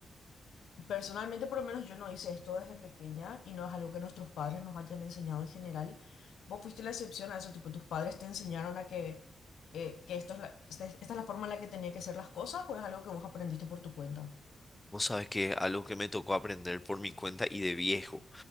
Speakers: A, on the left; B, on the left.
A: Personalmente, por lo menos yo no hice esto desde pequeña y no es algo que nuestros padres nos hayan enseñado en general. Vos fuiste la excepción a eso, tipo, tus padres te enseñaron a que, eh, que esto es la- esta, es esta es la forma en la que tenía que ser las cosas o es algo que vos aprendiste por tu cuenta.
B: Vos sabes que algo que me tocó aprender por mi cuenta y de viejo,